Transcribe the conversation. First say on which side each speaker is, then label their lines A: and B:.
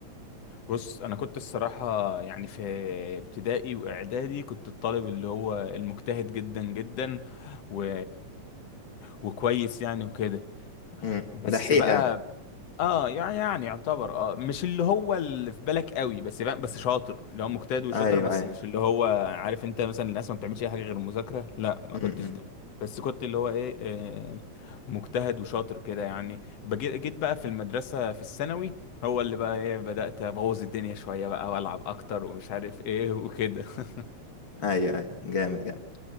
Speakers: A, on the left (about 65°); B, on the left (about 45°).
A: بص انا كنت الصراحه يعني في ابتدائي واعدادي كنت الطالب اللي هو المجتهد جدا جدا و... وكويس يعني وكده
B: امم
A: بس
B: دحيح
A: بقى
B: يعني
A: اه يعني يعني يعتبر اه مش اللي هو اللي في بالك قوي بس فاهم بس شاطر اللي هو مجتهد وشاطر
B: ايوه
A: بس
B: ايوه
A: مش اللي هو عارف انت مثلا الناس ما بتعملش اي حاجه غير المذاكره لا ما
B: امم
A: كنتش ده بس كنت اللي هو ايه آه مجتهد وشاطر كده يعني بجيت جيت بقى في المدرسه في الثانوي هو اللي بقى ايه بدات ابوظ الدنيا شويه بقى والعب اكتر ومش عارف ايه <laughs> وكده
B: ايوه ايوه جامد جامد